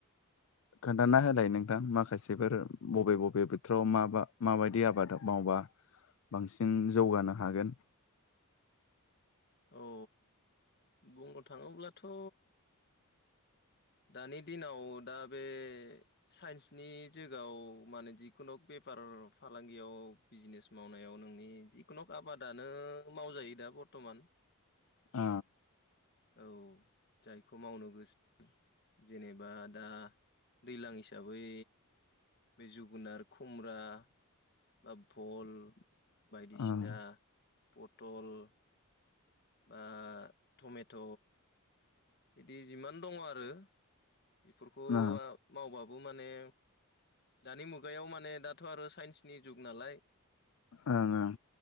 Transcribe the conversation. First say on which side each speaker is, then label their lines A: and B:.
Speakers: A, on the left; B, on the left.
A: खोन्थाना होलाय नोंथां माखासेफोर बबे बबे बोथोराव माबा माबायदि आबाद मावबा बांसिन जौगानो हागोन
B: औ बुंनो थाङोब्लाथ' दानि दिनाव दा बे साइन्सनि जुगाव माने जिखुनु बेफार फालांगियाव बिजनेस मावनायाव नोंनि जिखुनु आबादानो मावजायो दा बरथ'मान
A: ओ
B: औ जायखौ मावनो गोसो जेनेबा दा दैज्लां हिसाबै बे जुगुनार खुमरा बा भल बायदिसिना
A: ओं
B: पतल बा टमेट' बिदि जिमान दङ आरो बेफोरखौ ओ
A: ओं
B: मावबाबो माने दानि मुगायाव माने दाथ' आरो साइन्सनि जुग नालाय
A: ओंं ओं